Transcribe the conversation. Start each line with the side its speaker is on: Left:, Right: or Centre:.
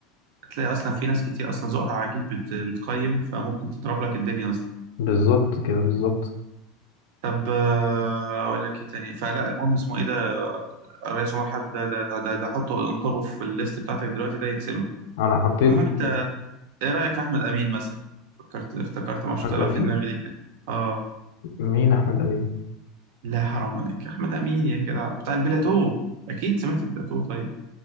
Right: هتلاقي اصلا في ناس كتير اصلا ذوقها عجيب بت... بتقيم فممكن تضرب لك الدنيا اصلا
Left: بالظبط كده بالظبط
Right: طب آه، اقول لك ايه تاني فلا المهم اسمه ايه ده الرئيس عمر حرب ده ده ده ده, ده حطه انطبه في الليست بتاعتك دلوقتي ده يتسمع
Left: انا حطيت
Right: المهم
Left: في
Right: ايه رأيك في احمد امين مثلا فكرت افتكرت ما
Left: احمد
Right: طلع
Left: امين
Right: في دماغي ليه كده اه
Left: مين احمد امين
Right: لا حرام عليك احمد امين يا جدع بتاع البلاتو اكيد سمعت البلاتو طيب